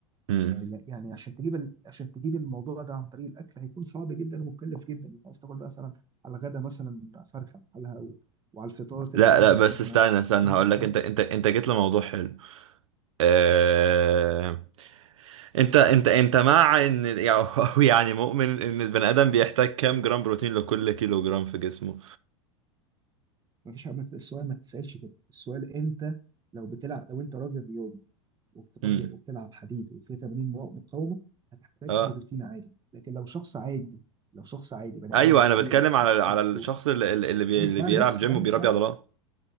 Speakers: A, on the right (about 75°); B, on the right (about 25°).
A: مم.
B: فيع- يعني عشان تجيب ال... عشان تجيب الموضوع ده عن طريق الاكل هيكون صعب جدا ومكلف جدا انت عايز تاكل بقى مثلا على الغدا مثلا فرخه بحالها و... وعلى الفطار تدبلك
A: لا لا بس
B: مثلا
A: استنى استنى
B: خمس
A: هقول لك
B: خم
A: انت انت انت جيت لموضوع حلو آه... انت انت انت مع ان يعني <laughs> أو يعني مؤمن ان البني ادم بيحتاج كام جرام بروتين لكل كيلو جرام في جسمه
B: ما فيش ما- السؤال ما تسالش كده السؤال انت لو بتلعب لو انت راجل رياضي وبتربي
A: امم
B: وبتلعب حديد وفيه تمارين مو- مقاومه هتحتاج
A: اه
B: بروتين عادي لكن لو شخص عادي لو شخص عادي بني
A: ايوه
B: ادم طبيعي
A: انا بتكلم على
B: ما بيكرش
A: على الشخص
B: و-
A: اللي اللي, بي...
B: يا عم
A: اللي
B: اسمعني
A: بيلعب
B: بس
A: جيم
B: يا عم
A: وبيربي
B: اسمعني
A: عضلات